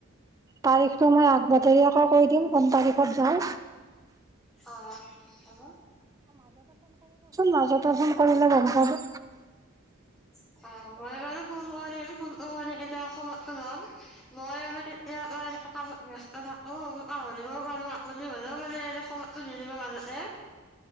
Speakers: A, on the right; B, in the centre.
A: তাৰিখটো
B: অ
A: মই আগতীয়াকৈ আক কৈ দিম। কোন তাৰিখত যাওঁ
B: অ হ'ব।
A: মাজত- কৰিলে গম পাবা
B: <unintelligible> <unintelligible> খবৰ জনাম মই আমি এ' এনেকে কামত ব্যস্ত থাক। <unintelligible> সময়টো নিদিব মাজতে-